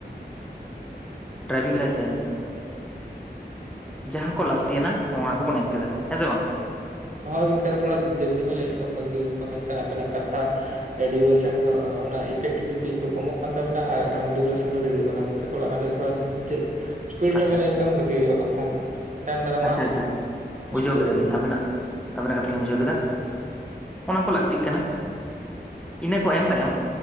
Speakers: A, in the centre; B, on the right.
A: driving licence, ᱡᱟᱦᱟᱸ ᱠᱚ ᱞᱟᱹᱠᱛᱤᱭᱟᱱᱟ ᱚᱱᱟ ᱠᱚᱵᱚᱱ ᱮᱢ ᱠᱮᱫᱟ ᱦᱮᱸᱥᱮ ᱵᱟᱝ,
B: ᱦᱳᱭ ᱜᱚᱝᱠᱮ ᱟᱫᱚ ᱛᱷᱚᱲᱟ ᱡᱚᱞᱫᱤ ᱵᱮᱱ ᱞᱟᱹᱭ ᱞᱮᱠᱷᱟᱡ ᱵᱷᱟᱹᱜᱤ ᱦᱩᱭ ᱠᱚᱜ-ᱟ ᱢᱮᱱᱠᱷᱟᱱ ᱟᱵᱮᱱᱟᱜ ᱠᱟᱛᱷᱟ ᱰᱤᱭᱩᱨᱮᱥᱚᱱ ᱫᱚ ᱚᱱᱟ ᱤᱯᱷᱮᱠᱴᱤᱵᱷ ᱥᱯᱤᱡ ᱫᱚ ᱠᱚᱢᱚᱜ ᱠᱟᱱ ᱛᱟᱵᱮᱱᱟ ᱟᱨ ᱰᱤᱭᱩᱨᱮᱥᱚᱱ ᱫᱚ ᱰᱷᱮᱨᱚᱜ ᱠᱟᱱᱟ ᱜᱚᱝ ᱠᱮ ᱛᱷᱚᱲᱟ ᱚᱱᱟᱛᱮ ᱛᱷᱚᱲᱟ ᱡᱮ ᱥᱯᱤᱰ
A: ᱟᱪᱪᱷᱟ
B: ᱧᱚᱜ ᱵᱤᱱ ᱞᱟᱹᱭ
A: ᱟᱪᱪᱷᱟ
B: ᱞᱮᱠᱷᱟᱱ ᱵᱷᱟᱜᱤ ᱦᱩᱭᱩᱜ-ᱟ ᱵᱟᱝᱠᱷᱟᱱ ᱛᱟᱭᱚᱢ ᱫᱟᱨᱟᱢ
A: ᱟᱪᱪᱷᱟ
B: ᱦᱟᱸᱜ ᱤᱧ
A: ᱟᱪᱪᱷᱟ ᱵᱩᱡᱷᱟᱹᱣ
B: ᱚᱥᱩᱵᱤᱫᱟ
A: ᱠᱮᱫᱟᱞᱤᱧ
B: ᱦᱩᱭᱩᱜᱼᱟ
A: ᱟᱵᱤᱱᱟᱜ ᱟᱵᱤᱱᱟᱜ ᱠᱟᱛᱷᱟ ᱞᱤᱧ ᱵᱩᱡᱷᱟᱹᱣ ᱠᱮᱫᱟ᱾ ᱚᱱᱟ ᱠᱚ ᱞᱟᱹᱠᱛᱤᱜ ᱠᱟᱱᱟ, ᱤᱱᱟᱹ ᱠᱚ ᱮᱢ ᱛᱟᱭᱚᱢ